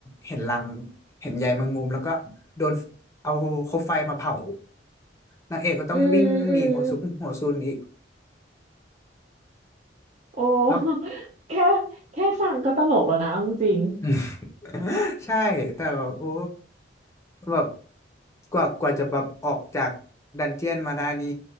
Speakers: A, on the left (about 15°); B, on the right (about 40°).
A: เห็นรังเห็นใยแมงมุมแล้วก็โดนเอาคบไฟมาเผานางเอกก็ต้องวิ่งหนีหัวซุกหัวซุนอีก
B: อืมอืมโอ้ <laughs>
A: แล้ว
B: แค่แค่ฟังก็ตลกแล้วนะเอาจริง
A: <laughs> <laughs> ใช่แต่แบบโอ้แบบกว่ากว่าจะแบบออกจากดันเจียนมาได้นี้